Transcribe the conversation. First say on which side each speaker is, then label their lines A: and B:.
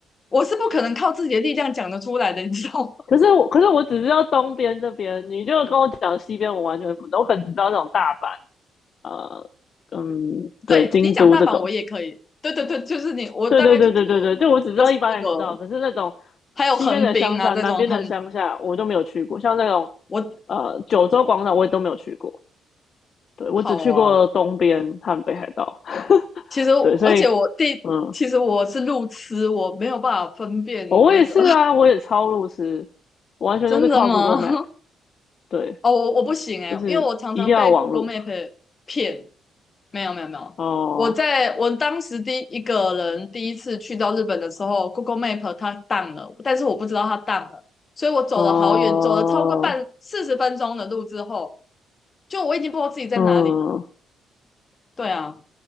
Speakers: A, on the left (about 35°); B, on the left (about 55°).
A: 我是不可能靠自己的力量讲得出来的，你知道吗？
B: 可是我可是我只知道东边这边，你就跟我讲西边，我完全不知道，我可能只知道这种大阪，呃，嗯，对，
A: 对你讲大阪我也可以，
B: 京都这种。
A: 对对对，就是你，我大概就只有这四个，
B: 对对对对对对，就我只知道一般人知道，可是那种
A: 还有横滨啊这种很
B: 西边的乡下、南边的乡下，我都没有去过。像那种
A: 我
B: 呃九州广场，我也都没有去过。对我只去过东边和北海道。
A: 好啊。其实而且我第其实我是路痴，
B: 对，所以嗯，
A: 我没有办法分辨那个，
B: 哦，我也是啊，我也超路痴，
A: <laughs>
B: 我完全就是靠
A: 真的吗？
B: Google Map。对，
A: 哦，我我不行诶，
B: 就是一定要网路。
A: 因为我常常被 Google Map 骗。没有没有没有，
B: 哦，
A: 我在我当时第一个人第一次去到日本的时候，Google Map 它 down 了，但是我不知道它 down 了，所以我走了好远，
B: 哦，
A: 走了超过半四十分钟的路之后，就我已经不知道自己在哪里了。
B: 嗯，
A: 对啊，